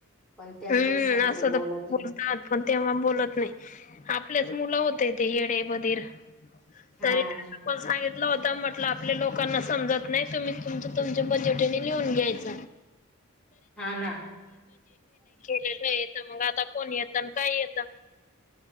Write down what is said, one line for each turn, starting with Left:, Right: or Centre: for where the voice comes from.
Centre: पण त्यांच्या
Left: हम्म
Centre: समोर
Left: असं
Centre: बोलत
Left: तर खूप
Centre: नाही
Left: बोलतात पण तेव्हा बोलत नाही आपल्या मुलं होते ते येडे बधिर
Centre: हा
Left: तरी त्यांनी पण सांगितलं म्हटलं होतं म्हंटलं आपल्या लोकांना समजत नाही तुम्ही तुमच्या तुमच्या बजेटने लिहून घ्यायच
Centre: हा ना
Left: तर मंग आता कोण येत आणि काय येत